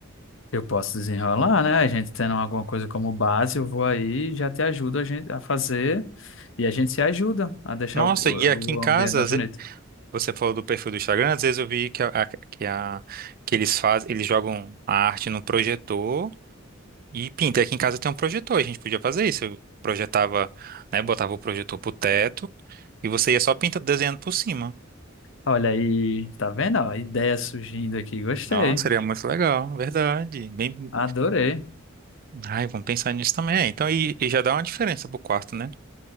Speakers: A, on the left; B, on the right.
A: eu posso desenrolar, né? A gente tendo alguma coisa como base, eu vou aí e já te ajudo a gente a fazer e a gente se ajuda a deixar
B: Nossa,
A: o, o-
B: e aqui em casa,
A: o ambiente mais bonito.
B: Você falou do perfil do Instagram, às vezes eu vi que, a, a- que, a- que eles fazem, eles jogam a arte no projetor e pinta. Aqui em casa tem um projetor, a gente podia fazer isso. Eu projetava, né, botava o projetor pro teto e você ia só pintando, desenhando por cima.
A: Olha aí, tá vendo? Ó, ideia surgindo aqui, gostei,
B: Nossa, seria muito legal, verdade. Bem,
A: adorei.
B: ai, vamos pensar nisso também. É, então, e, e já dá uma diferença pro quarto, né?